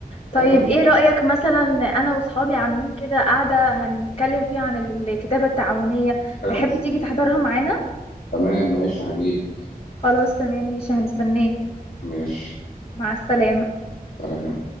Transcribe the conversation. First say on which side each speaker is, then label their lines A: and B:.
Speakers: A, on the left; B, on the left.
A: طيب
B: فاهمني
A: ايه رأيك مثلا انا وصحابي عاملين كده قاعدة هنتكلم فيها عن الكتابة التعاونية
B: حلو.
A: تحب تيجي تحضرها معانا؟
B: تمام ماشي هجيلك
A: خلاص تمام ماشي هنستناك
B: ماشي
A: مع السلامة
B: سلام